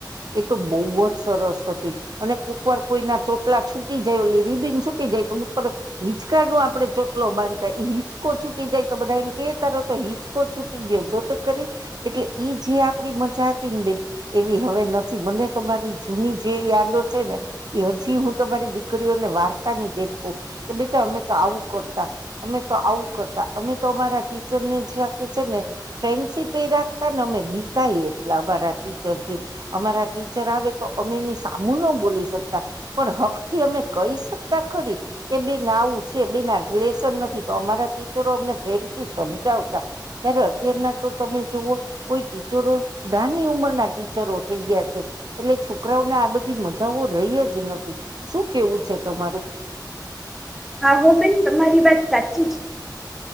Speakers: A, on the right; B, in the centre.
A: એ તો બહુ જ સરસ હતી અને કોકવાર કોઈના ચોટલા છૂટી જાયલી રિબીન છૂટી જાય તો હિચકા નો આપડે ચોટલો બાંધતા એ હિચકો છૂટી જાય તો બધા એમ કે તો હિચકો છૂટી ગયો જો તો કરી એટલે ઈ જે આપડી મજા હતી ને બેન એવી હવે નથી મને તમારી જૂની જે યાદો છે ને એ હજી હું તમારી દીકરીઓને વાતાં જેમ કહુ કે બેટા અમે તો આવું કરતા અમે તો આવું કરતા અમે તો અમારા ટીચરને જે છે ને ફ્રેન્ડશીપ એ રાખતા ને અમે બીતાઈ એટલે અમારા ટીચર થી અમારા ટીચર આવે તો અમે એની સામું ન બોલી શકતા પણ હક થી અમે કહી શકતા કરી કે બેન આવું છે બેનજ લેશન નથી તો અમારા ટીચરો અમને પ્રેમ થી સમજાવતા જયારે અત્યારના તો તમે જુવઓ કોઈ ટીચરો નાની ઉંમરના ટીચરો થઈ ગયા છે એટલે છોકરાઓને આ બધી મજાઓ રહી જ નથી શું કેવું છે તમારું <inaudible>
B: હા હો બેન તમારી વાત સાચી છે